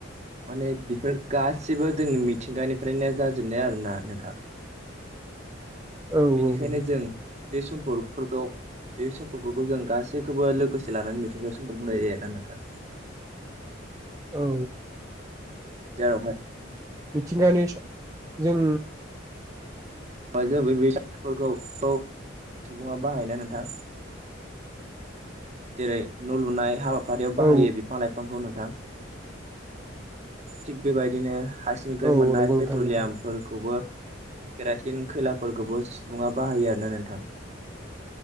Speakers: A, on the right (about 35°); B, on the right (about 15°).
A: माने बेफोर गासिबो जोंनि मिथिंगानिफ्रायनो जाजोबनाय आरोना नोंथां
B: औ
A: बेनिखायनो
B: औ
A: जों बे सम्पकफोरखौ बे सम्पफोरखौ जों गासैखौबो लोगोसे लानानै मिथिंगायारि सम्पद बुंनाय जायो आरोना नोंथां
B: औ
A: जेरावहाय
B: औ थिंगानि जों
A: जों बे बेफोरखौ <unintelligible> सुबुङा बाहायना नोंथां जेरै न लुनाय हाबा बेफारियाव बाहायो
B: औ
A: बिफां लाइफांखौ नोंथां थिग बेबायदिनो हासिनिफ्राय
B: औ
A: मोननाय
B: नंगौ नोंथां
A: पेट्रलियामफोरखौबो
B: नंगौ
A: दिन खैलाफोरखौबो सुबुंङा बाहायो आरोना नोंथां